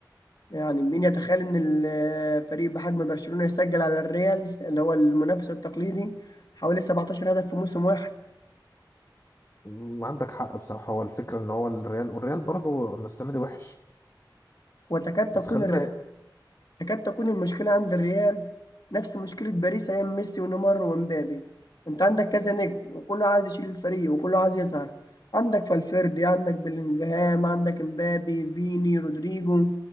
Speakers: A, on the left; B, on the left.
A: يعني مين يتخيل ان الفريق بحجم برشلونة يسجل على الريال اللي هو المنافس التقليدي حوالي 17 هدف في موسم واحد
B: م- عندك حق بصراحة هو الفكرة ان هو الريال والريال برضه إن السنة دي وحش
A: وتكاد
B: بس
A: تكون
B: خلينا
A: الر... تكاد تكون المشكلة عند الريال نفس مشكلة باريس ايام ميسي ونيمار ومبابي انت عندك كذا نجم وكله عايز يشيل الفريق وكله عايز يظهر عندك فالفيردي عندك بلينجهام عندك مبابي فيني رودريجو